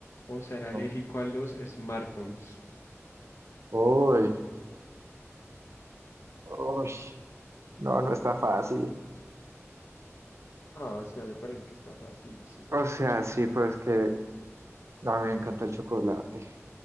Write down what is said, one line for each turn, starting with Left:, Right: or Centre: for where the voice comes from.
Left: o ser alérgico
Right: O-
Left: a los smartphones?
Right: Uy, Uy, no, no está fácil.
Left: Ah, sí, a mí me parece que está facilísima.
Right: O sea, sí, pero es que a mí me encanta el chocolate.